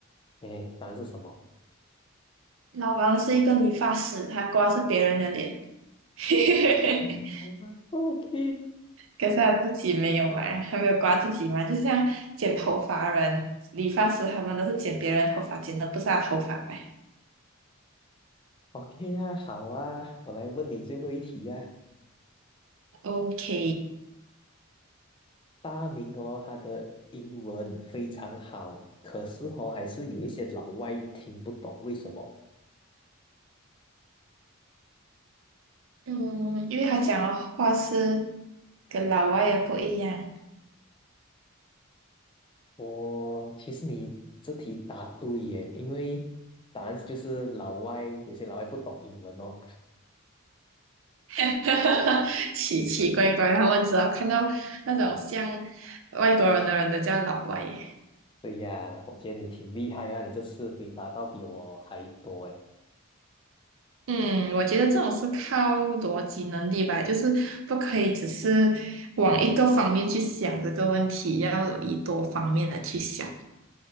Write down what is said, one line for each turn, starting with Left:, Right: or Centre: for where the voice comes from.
Left: 诶，答案是什么？
Right: 老王是一个理发师，他刮是别人的脸。<laughs>
Left: 嗯，OK，OK
Right: 可是他自己没有嘛，还没有刮自己嘛，就像剪头发人、理发师他们都是剪别人头发，剪的不是他头发嘛。
Left: <laughs> 啊，好啊，我来问你最后一题呀、
Right: OK，
Left: 大明哦，他的英文非常好，可是哦，还是有一些老外听不懂，为什么？
Right: 嗯，因为他讲的话是跟老外也不一样，
Left: 我其实你这题答对耶，因为答案就是老外，有些老外不懂英文哦。
Right: <laughs> 奇奇怪怪，他们只要看到那种像外国人的人都叫老外耶。
Left: 对呀，我觉得你挺厉害啊，你这次回答到比我还多哎。
Right: 嗯，我觉得这种是靠逻辑能力吧，就是不可以只是往一个方面去想这个问题，要以多方面的去想。